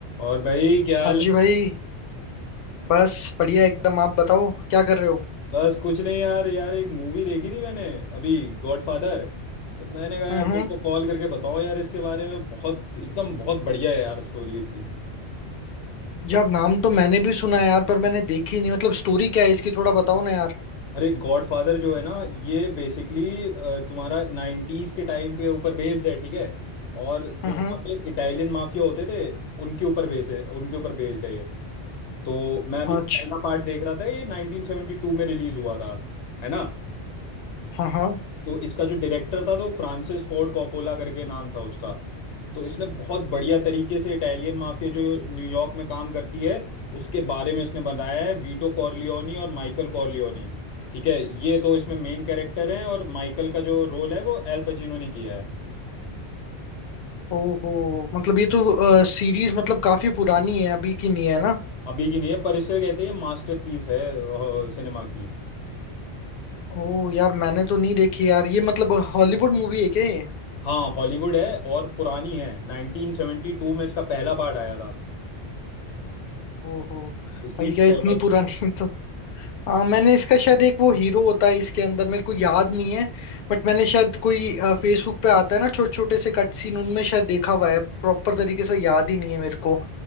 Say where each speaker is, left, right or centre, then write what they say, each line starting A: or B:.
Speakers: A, on the left; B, on the left.
A: और भाई क्या हाल
B: हाँ जी
A: है
B: भाई बस बढ़िया एकदम आप बताओ क्या कर रहे हो
A: बस कुछ नहीं यार यार एक मूवी देखी थी मैंने अभी गॉडफादर तो मैंने कहा यार
B: हम्म हम्म।
A: तुमको कॉल करके बताओ यार इसके बारे में बहुत एकदम बहुत बढ़िया है यार स्टोरी इसकी
B: यार नाम तो मैंने भी सुना है यार पर मैंने देखी नहीं मतलब स्टोरी क्या है इसकी थोड़ा बताओ ना यार
A: अरे गॉडफादर जो है ना ये बेसिकली तुम्हारा नाइन्टीज के टाइम पे ऊपर बेस्ड है ठीक है और
B: हम्म
A: जो वहाँ
B: हम्म।
A: पे इटालियन माफिया होते थे उनके ऊपर बेस है उनके ऊपर बेस्ड है ये तो मैं अभी पहला
B: अच्छा
A: पार्ट देख रहा था ये 1972 में रिलीज हुआ था है ना
B: हाँ हाँ
A: तो इसका जो डायरेक्टर था तो फ्रांसिस फोर्ड कोपोला करके नाम था उसका तो इसने बहुत बढ़िया तरीके से इटालियन माफिया जो न्यूयॉर्क में काम करती है उसके बारे में इसने बनाया है वीटो कॉर्लियोनी और माइकल कॉर्लियोनी ठीक है ये दो इसमें मेन कैरेक्टर हैं और माइकल का जो रोल है वो एल पचिनो ने किया है
B: ओहो मतलब ये तो सीरीज मतलब काफी पुरानी है अभी की नहीं है ना
A: अभी की नहीं है पर इसे कहते हैं मास्टरपीस है सिनेमा की
B: ओह यार मैंने तो नहीं देखी यार ये मतलब हॉलीवुड मूवी है क्या ये
A: हाँ हॉलीवुड है और पुरानी है 1972 में इसका पहला पार्ट आया था
B: ओहो
A: इसकी
B: भाई
A: ट्रायोलॉजी
B: क्या इतनी पुरानी
A: है
B: <laughs> आ, मैंने इसका शायद एक वो हीरो होता है इसके अंदर मेरे को याद नहीं है बट मैंने शायद कोई फेसबुक पे आता है ना छोटे छोटे से कट सीन उनमें शायद देखा हुआ है प्रॉपर तरीके से याद ही नहीं है मेरे को